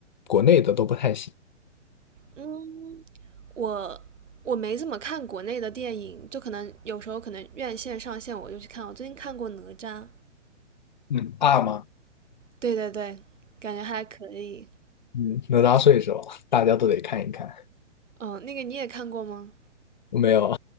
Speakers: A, on the left; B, on the right.
A: 国内的都不太行。
B: 嗯，我我没怎么看国内的电影，就可能有时候可能院线上线我就去看。我最近看过《哪吒》，
A: 嗯，二吗？
B: 对对对，感觉还可以。
A: 嗯，哪吒睡是吧？<laughs> 大家都得看一看。
B: 嗯，那个你也看过吗？
A: 没有，